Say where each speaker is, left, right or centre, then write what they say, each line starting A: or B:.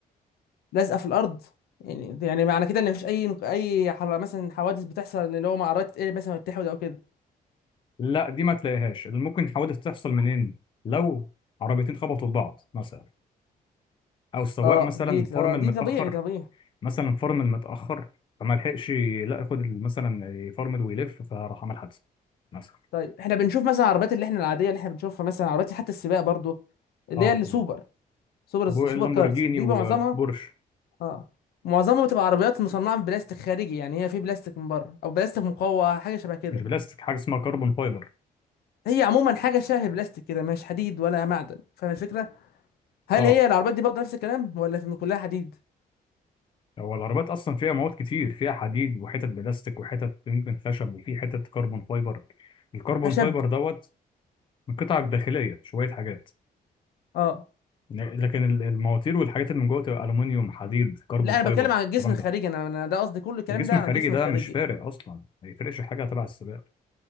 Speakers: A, on the left; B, on the left.
A: لازقه في الارض يعني يعني معنى كده ان مفيش اي اي حر... مثلا حوادث بتحصل اللي هو مع عربيات تتقلب مثلا وتتحود او كده
B: لا دي ما تلاقيهاش اللي ممكن حوادث تحصل منين لو عربيتين خبطوا في بعض مثلا او السواق
A: اه
B: مثلا
A: دي
B: فرمل
A: اه دي
B: متاخر
A: طبيعي طبيعي
B: مثلا فرمل متاخر فما لحقش لا ياخد ال- مثلا يفرمل ويلف فراح عمل حادثه مثلا
A: طيب احنا بنشوف مثلا العربيات اللي احنا العاديه اللي احنا بنشوفها مثلا عربيات حتى السباق برضو اللي
B: اه
A: هي السوبر
B: تمام
A: سوبر
B: بو-
A: سوبر
B: اللامبورجيني
A: كارز دي
B: وبورش
A: بقى معظمها اه معظمها بتبقى عربيات مصنعه من بلاستيك خارجي يعني هي في بلاستيك من بره او بلاستيك مقوى حاجه شبه كده
B: مش بلاستيك حاجه اسمها كربون فايبر
A: هي عموما حاجه شبه بلاستيك كده مش حديد ولا معدن فاهم الفكره هل
B: اه
A: هي العربيات دي برضه نفس الكلام ولا في كلها حديد
B: هو العربيات اصلا فيها مواد كتير فيها حديد وحتت بلاستيك وحتت يمكن خشب وفي حتت كربون فايبر الكربون
A: خشب
B: فايبر دوت من قطع داخليه شويه حاجات
A: اه
B: لكن ال- المواتير والحاجات اللي من جوه تبقى الومنيوم حديد كربون
A: لا
B: فايبر
A: انا بتكلم عن الجسم
B: الكلام
A: الخارجي
B: ده
A: انا انا ده قصدي كل كلامي
B: الجسم
A: ده
B: الخارجي
A: عن الجسم
B: ده
A: الخارجي
B: مش فارق اصلا ما يفرقش حاجه تبع السباق